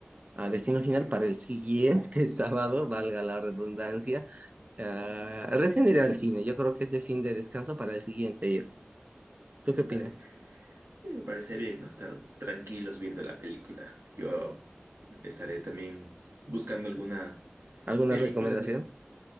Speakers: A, on the right; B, on the right.
A: a Destino Final para el siguiente <laughs> sábado, valga la redundancia. Ah, recién iré al cine, yo creo que es de fin de descanso para el siguiente ir. ¿Tú qué opinas?
B: ay, eh, me parece bien, ¿no? Estar tranquilos viendo la película. Yo estaré también buscando alguna
A: ¿Alguna
B: película
A: recomendación?
B: de la-